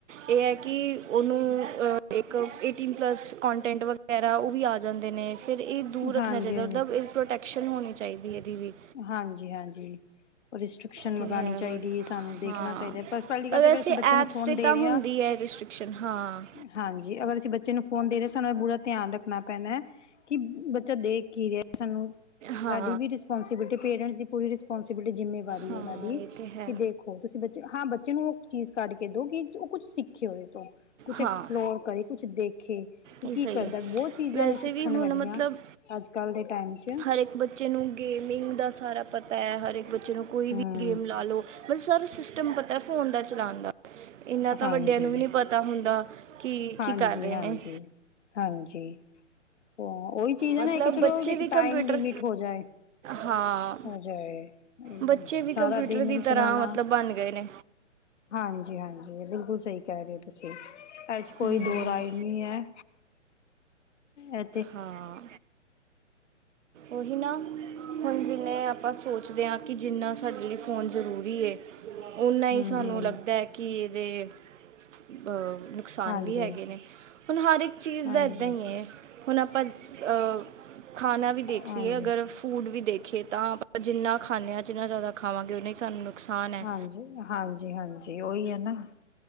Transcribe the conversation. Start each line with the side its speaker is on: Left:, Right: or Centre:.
Right: ਇਹ ਐ ਕਿ ਉਨੂੰ ਇੱਕ ਏਟੀਨ ਪਲੱਸ ਕਾਂਟੈਂਟ ਵਗੈਰਾ ਓ ਵੀ ਆ ਜਾਂਦੇ ਨੇ ਫਿਰ ਇਹ ਦੂਰ ਰੱਖਣਾ
Left: ਹਾਂਜੀ
Right: ਚਾਈਦਾ
Left: ਹਾਂਜੀ
Right: ਮਤਲਬ ਇਹ ਪ੍ਰੋਟੈਕਟ ਐਕਸ਼ਨ ਹੋਣੀ ਚਾਈਦੀ ਇਹਦੀ ਵੀ
Left: ਹਾਂਜੀ-ਹਾਂਜੀ ਰਿਸਟ੍ਰਿਕਸ਼ਨ
Right: ਤੇ
Left: ਲਗਾਣੀ
Right: ਹੈ
Left: ਚਾਈਦੀ
Right: ਹੋਰ
Left: ਏ ਸਾਨੂੰ ਦੇਖਣਾ
Right: ਹਾਂ
Left: ਚਾਈਦਾ ਐ ਪਰ ਪੈਲੀ ਗੱਲ
Right: ਔਰ ਵੈਸੇ
Left: ਤਾਂ ਅਗਰ ਅਸੀਂ
Right: ਐਪਸ
Left: ਬੱਚੇ ਨੂੰ ਫੋਨ
Right: ਤੇ
Left: ਦੇ
Right: ਤਾਂ
Left: ਰਏ
Right: ਹੁੰਦੀ
Left: ਆਂ।
Right: ਹੈ ਰਿਸਟ੍ਰਿਕਸ਼ਨ ਹਾਂ
Left: ਹਾਂਜੀ ਅਗਰ ਅਸੀਂ ਬੱਚੇ ਨੂੰ ਫੋਨ ਦੇ ਰਏ ਸਾਨੂੰ ਪੂਰਾ ਧਿਆਨ ਰੱਖਣਾ ਪੈਣਾ। ਕਿ ਬੱਚਾ ਦੇਖ ਕੀ ਰਿਆ ਸਾਨੂੰ
Right: ਹਾਂ
Left: ਸਾਡੀ ਵੀ ਰਿਸਪੋਂਸੀਬਿਲਿਟੀ ਪੇਰੈਂਟਸ ਦੀ ਪੂਰੀ ਰਿਸਪੋਂਸੀਬਿਲਿਟੀ ਜ਼ਿੰਮੇ ਵਾਰੀ
Right: ਹਾਂ
Left: ਉਹਨਾਂ ਦੀ
Right: ਇਹ ਤੇ ਹੈ
Left: ਵੀ ਦੇਖੋ ਤੁਸੀਂ ਬੱਚੇ ਹਾਂ ਬੱਚੇ ਨੂੰ ਓ ਚੀਜ਼ ਕੱਢ ਕੇ ਦੋ ਕਿ ਓ ਕੁਛ ਸਿੱਖੇ ਉਹਦੇ ਤੋਂ ਕੁਛ
Right: ਹਾਂ
Left: ਐਕਸਪਲੋਰ ਕਰੇ ਕੁਛ ਦੇਖੇ ਕਿਉ
Right: ਇਹ
Left: ਕੀ
Right: ਸਹੀ
Left: ਕਰਦਾ
Right: ਹੈ
Left: ਬੋਤ ਚੀਜ਼ਾਂ
Right: ਵੈਸੇ
Left: ਨੇ ਸਿੱਖਣ
Right: ਵੀ ਹੁਣ
Left: ਵਾਲੀਆਂ
Right: ਮਤਲਬ
Left: ਅੱਜ ਕੱਲ ਦੇ ਟਾਈਮ 'ਚ
Right: ਹਰ ਇੱਕ ਬੱਚੇ ਨੂੰ ਗੇਮਿੰਗ ਦਾ ਸਾਰਾ ਪਤਾ ਹੈ ਹਰ ਇੱਕ ਬੱਚੇ ਨੂੰ ਕੋਈ
Left: ਹਮ
Right: ਵੀ ਗੇਮ ਲਾ ਲੋ। ਮਤਲਬ ਸਾਰਾ ਸਿਸਟਮ ਪਤਾ ਫੋਨ ਦਾ ਚਲਾਣ ਦਾ ਇੰਨਾ ਤਾਂ
Left: ਹਾਂਜੀ
Right: ਵੱਡਿਆਂ ਨੂੰ ਵੀ ਨਈ ਪਤਾ ਹੁੰਦਾ। ਕਿ
Left: ਹਾਂਜੀ-
Right: ਕੀ ਕਰ ਰਹੇ
Left: ਹਾਂਜੀ-
Right: ਨੇ
Left: ਹਾਂਜੀ ਓ ਉਹੀ ਚੀਜ਼
Right: ਮਤਲਬ
Left: ਹੈ ਨਾ ਇੱਕ ਚਲੋ
Right: ਬੱਚੇ
Left: ਇੱਕ
Right: ਵੀ ਕੰਪਿਊਟਰ
Left: ਟਾਈਮ ਲਿਮਿਟ ਹੋ ਜਾਏ।
Right: ਹਾਂ
Left: ਹੋ ਜਾਏ
Right: ਬੱਚੇ ਵੀ
Left: ਸਾਰਾ
Right: ਕੰਪਿਊਟਰ
Left: ਦਿਨ
Right: ਦੀ
Left: ਵੀ ਚਲਾਣਾ।
Right: ਤਰ੍ਹਾਂ ਮਤਲਬ ਬਣ ਗਏ ਨੇ
Left: ਹਾਂਜੀ-ਹਾਂਜੀ ਬਿਲਕੁਲ ਸਈ ਕੈ ਰੇ ਓ ਤੁਸੀਂ ਐ 'ਚ ਕੋਈ
Right: ਹਮ,
Left: ਦੋ ਰਾਏ ਨੀ ਐ। ਐ
Right: ਹਾਂ ਓਹੀ ਨਾ ਹੁਣ ਜਿੰਨੇ ਆਪਾਂ ਸੋਚਦੇ ਆ ਕਿ ਜਿੰਨਾ ਸਾਡੇ ਲਈ ਫੋਨ ਜ਼ਰੂਰੀ ਏ। ਉਨਾ ਈ
Left: ਹਮ
Right: ਸਾਨੂੰ
Left: ਹਮ
Right: ਲੱਗਦਾ ਕੀ ਇਦੇ ਬ ਨੁਕਸਾਨ
Left: ਹਾਂਜੀ
Right: ਵੀ ਹੈਗੇ ਨੇ ਹੁਣ ਹਰ ਇੱਕ ਚੀਜ਼
Left: ਹਾਂਜੀ
Right: ਦਾ ਏਦਾਂ ਈ ਐ। ਹੁਣ ਆਪਾਂ ਅ ਖਾਣਾ ਵੀ ਦੇਖ
Left: ਹਾਂਜੀ
Right: ਲਈਏ ਅਗਰ ਫੂਡ ਵੀ ਦੇਖੀਏ ਤਾਂ ਜਿੰਨਾ ਖਾਂਨੇ ਆ ਜਿੰਨਾ ਜਾਦਾ ਖਾਵਾਂਗੇ ਉਨਾ ਈ ਸਾਨੂੰ ਨੁਕਸਾਨ ਹੈ
Left: ਜੀ ਹਾਂਜੀ-ਹਾਂਜੀ ਓਹੀ ਏ ਨਾ।